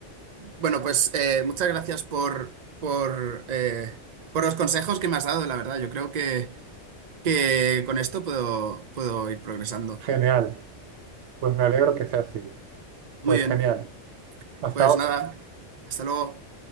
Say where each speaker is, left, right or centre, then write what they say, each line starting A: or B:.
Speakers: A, on the right (about 45°); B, on the right (about 70°).
A: bueno, pues eh, muchas gracias por, por, eh, por los consejos que me has dado, la verdad. Yo creo que, que con esto puedo, puedo ir progresando.
B: genial. Pues me alegro que sea así.
A: Muy
B: Pues
A: bien,
B: genial. Hasta
A: pues
B: otra.
A: nada, hasta luego.